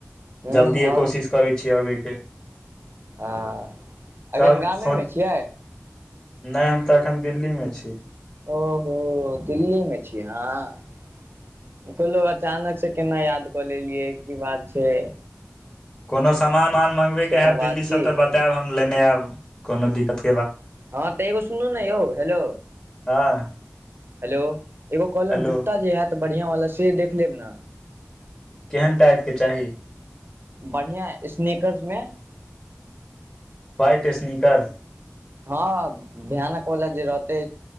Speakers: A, on the right (about 50°); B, on the left (about 20°).
A: हूँ
B: जल्दिए कोशिश करै छि आबय के
A: हं
B: तब
A: एखन गामेमे
B: सोच
A: छियै
B: नहि हम त अखन दिल्लीमे छी
A: ओहो दिल्लीमे छी अहाँ कहलौं अचानक से केना याद क लेलियै की बात छै
B: कोनो सामान मान मँगबैके
A: सएह
B: हैत दिल्लीस
A: बात की
B: त बतायब हम लेने आयब कोनो दिक्कत
A: हँ त एगो सुनू ने यौ हेलो
B: हँ
A: हेलो एगो कहलहुँ
B: हेलो
A: जुत्ता जे हैत बढ़िआँवला से देख लेब न
B: केहन टाइपके चाही
A: बढ़िआँ स्नेकर्समे
B: वाइट स्नीकर
A: हँ भयानक बला जे रहतै